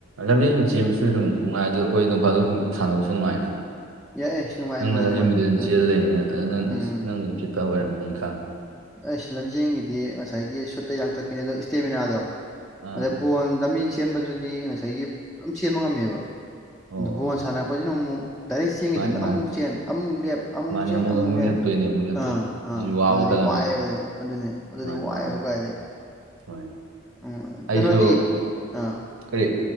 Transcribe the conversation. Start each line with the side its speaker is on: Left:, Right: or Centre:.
Right: ꯂꯝꯖ‌ꯩꯜ ꯁꯨꯝ ꯆꯦꯟꯕꯁꯨ ꯑꯗꯨꯝ ꯅꯨꯡꯉꯥꯏ ꯑꯗꯣ ꯑꯩꯈꯣꯏ ꯅꯣꯡꯐꯥꯗꯣꯛ ꯁꯨꯝ ꯁꯥꯟꯅꯕꯁꯨ ꯅꯨꯡꯉꯥꯏꯗꯅ
Centre: ꯌꯥꯏ ꯑꯦꯁ ꯅꯨꯡꯉꯥꯏ
Right: ꯅꯪꯅ
Centre: ꯅꯨꯡꯉꯥꯏ
Right: ꯂꯝꯖ‌ꯦꯜꯕꯨꯗꯤ ꯑꯗꯨꯝ
Centre: ꯅꯨꯡꯉꯥꯏ
Right: ꯆꯦꯜꯂ ꯂꯩꯕꯅꯤꯅ ꯑꯗꯨ ꯅꯪ
Centre: ꯎꯝ
Right: ꯑꯁ ꯅꯪꯕꯨꯗꯤ ꯐꯤꯠꯄ ꯑꯣꯏꯔꯝꯃꯅꯤ ꯑꯩ ꯈꯪ
Centre: ꯑꯩꯁ ꯂꯝꯖꯦꯟꯒꯤꯗꯤ ꯉꯁꯥꯏꯒꯤ ꯁꯨꯠꯇ ꯌꯥꯡꯊꯛꯄꯤꯅꯤ ꯑꯗꯣ ꯏꯁ ꯇꯦꯃꯤꯅꯥꯗꯣ
Right: ꯑꯥ
Centre: ꯑꯗꯩ
Right: ꯑꯥ
Centre: ꯕꯣꯟ ꯂꯝꯖꯦꯟ ꯆ‌ꯦꯟꯕꯗꯨꯗꯤ ꯉꯁꯥꯏꯒꯤ ꯗꯨꯝ ꯆ‌ꯦꯟꯕ ꯉꯝꯃꯦꯕ
Right: ꯑꯣ
Centre: ꯑꯗꯨ ꯕꯣꯟ ꯁꯥꯟꯅꯔꯛꯄꯁꯤꯅ ꯑꯃꯨꯛ ꯗꯥꯏꯔꯦꯛ ꯆꯦꯟꯈꯤꯗꯕꯅ
Right: ꯃꯥꯅꯤ ꯃꯥꯅꯤ
Centre: ꯑꯃꯨꯛ ꯆꯦꯟ ꯑꯃꯨꯛ ꯂꯦꯞ ꯑꯃꯨꯛ
Right: ꯃꯥꯅꯤ
Centre: ꯆꯦꯟ ꯑꯃꯨꯛ ꯂꯦꯞ
Right: ꯂꯦꯞꯇꯣꯏꯅꯦ ꯑꯃꯨꯛ ꯂꯦꯞꯇꯣꯏꯅꯦ
Centre: ꯑꯥ ꯑꯥ
Right: ꯁꯤꯁꯨ ꯋꯥ
Centre: ꯑꯗꯨꯗꯤ
Right: ꯃꯈꯜ ꯑꯃꯅꯤ
Centre: ꯋꯥꯏꯑꯦꯕ ꯑꯗꯨꯅꯤ ꯑꯗꯨꯗꯤ
Right: ꯃꯥꯅꯤ
Centre: ꯋꯥꯏꯑꯦꯕ
Right: ꯃꯥꯅꯤ
Centre: ꯀꯥꯏꯗꯩ
Right: ꯍꯣꯏ
Centre: ꯎꯝ
Right: ꯑꯩꯁꯨ
Centre: ꯀꯩꯅꯣꯗꯤ ꯑꯥ
Right: ꯀꯔꯤ